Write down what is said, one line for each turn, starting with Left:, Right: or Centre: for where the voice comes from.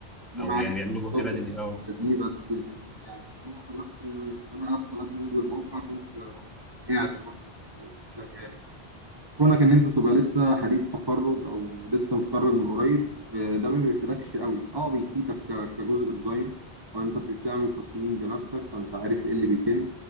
Right: معاك
Centre: او يعني بيعملوا جهد
Right: بالظبط
Centre: بدني اه
Right: دي بس ال- يعني النقطة بس إن أنا أصلا قبل ما أنزل الموقع كنت قاعد في مكتب وشغال كونك ان انت تبقى لسه حديث تخرج او لسه متخرج من قريب آه، ده ما بيفيدكش قوي اه بيفيدك ك- كجزء ديزاين او انت بتعمل تصميم بنفسك فانت عارف ايه اللي بيتم